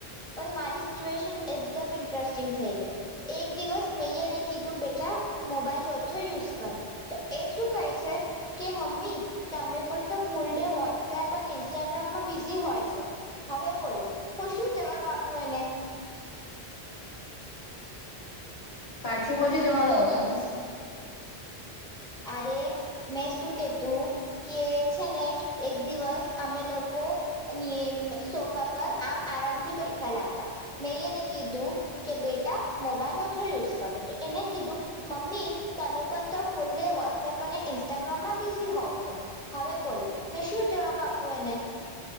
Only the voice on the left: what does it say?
પાછું બોલજો તમારો અવાજ